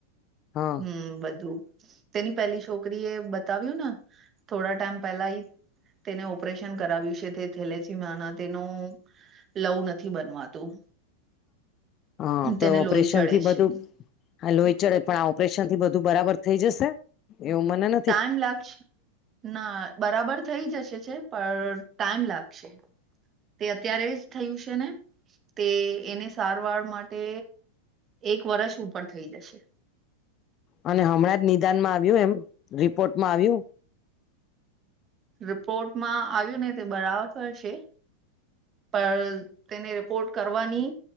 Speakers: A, on the left; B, on the right.
A: હા.
B: હમ્મ બધું. તેની પેલી છોકરી એ બતાવ્યું ને થોડા ટાઈમ પેલા ઈ તેને ઓપરેશન કરાવ્યું છે તે થેલેસીમાના તેનું લવું નથી બનવાતું,
A: હા તો
B: તેને
A: ઓપરેશન
B: લોહી ચડે
A: થી બધું
B: છે.
A: હા લોહી ચડે પણ આ ઓપરેશન થી બધું બરાબર થઈ જશે? એવુ મનનું
B: ટાઈમ લાગશે ના બરાબર થઈ જશે છે? પણ ટાઈમ લાગશે, તે અત્યારે જ થયું છે ને તે એને સારવાર માટે એક વર્ષ ઉપર થઈ જશે.
A: અને હમણાં જ નિદાનમાં આવ્યું એમ રિપોર્ટમાં આવ્યું.
B: રિપોર્ટમાં આવ્યું ને તે બરાબરર છે. પણ તેને રિપોર્ટ કરવાની